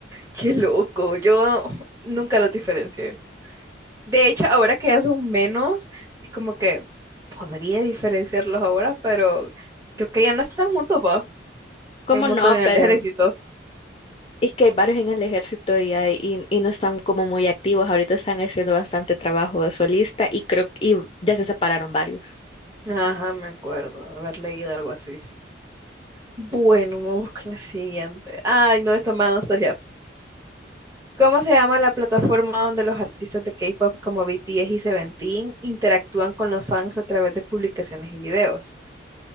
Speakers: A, on the right; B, on the left.
A: qué loco. Yo nunca los diferencié. De hecho, ahora que ya son menos, es como que podría diferenciarlos ahora, pero creo que ya no están juntos, pa,
B: ¿Cómo
A: en un montón
B: no?
A: de
B: Pero
A: ejército.
B: Es que hay varios en el ejército y, hay- y, y no están como muy activos. Ahorita están haciendo bastante trabajo de solista y creo y ya se separaron varios.
A: Ajá, me acuerdo haber leído algo así. Bueno, vamos con la siguiente. Ay, no, esta más nostalgia. ¿Cómo se llama la plataforma donde los artistas de K-pop como BTS y Seventeen interactúan con los fans a través de publicaciones y videos?